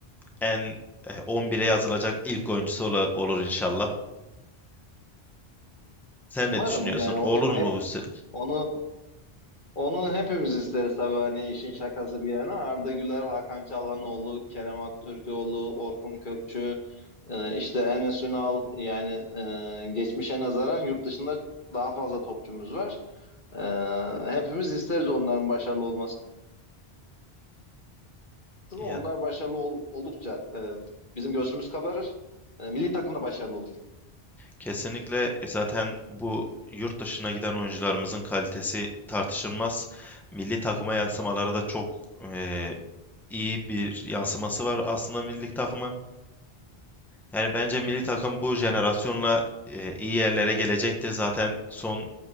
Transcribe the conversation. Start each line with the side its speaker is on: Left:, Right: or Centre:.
Centre: en eh, 11'e yazılacak ilk oyuncusu ola- olur inşallah. Sen
Left: Umarım
Centre: ne düşünüyorsun?
Left: yani onu
Centre: Olur mu
Left: hep
Centre: bu? se-
Left: onu onu hepimiz isteriz tabii hani işin şakası bir yana. Arda Güler, Hakan Çalhanoğlu, Kerem Aktürkoğlu, Orkun Kökçü, e, işte Enes Ünal yani e, geçmişe nazaran yurt dışında daha fazla topçumuz var. E, hepimiz isteriz onların başarılı olmasını. Ama
Centre: Ya,
Left: onlar başarılı ol- oldukça e, bizim göğsümüz kabarır. E, milli takım da başarılı olur.
Centre: kesinlikle e, zaten bu yurt dışına giden oyuncularımızın kalitesi tartışılmaz. Milli takıma yansımaları da çok eee, iyi bir yansıması var aslında milli takıma. Yani bence milli takım bu jenerasyonla e, iyi yerlere gelecektir. Zaten son